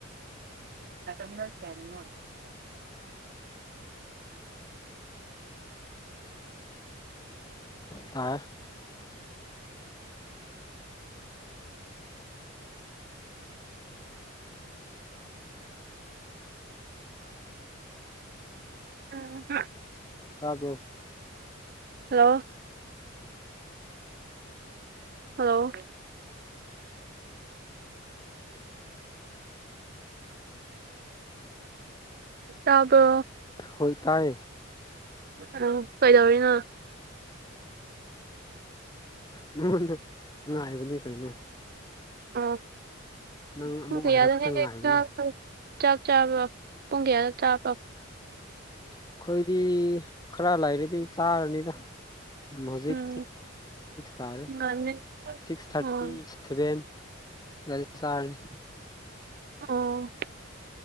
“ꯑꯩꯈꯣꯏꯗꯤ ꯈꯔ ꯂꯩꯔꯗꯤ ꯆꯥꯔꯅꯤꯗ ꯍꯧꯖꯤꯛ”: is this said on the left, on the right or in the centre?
Left